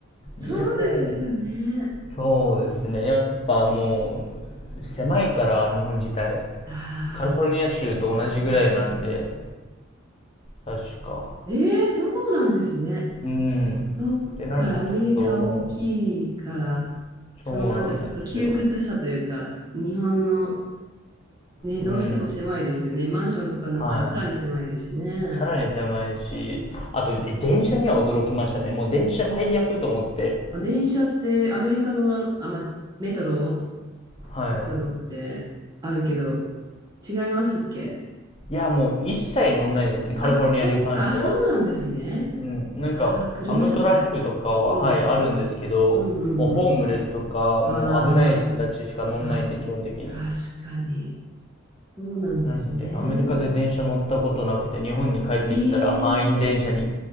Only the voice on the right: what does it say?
そうですよね。
ああ、
そっか。
えー、そうなんですね。
そっか、
アメリカ大きいから、
そのなんかちょっと窮屈さというか、
日本のね、
どうしても狭いですよね。マンションとかになったらさらに狭いですしね。
ああー、電車ってアメリカの、あ、ま、メトロ、
メトロってあるけど、違いますっけ
あ、そっか、あそうなんですね。
ああ、車社会。
うん。
うんうんうん。
ああ、あ、
確かに。そうなんですね。
ええ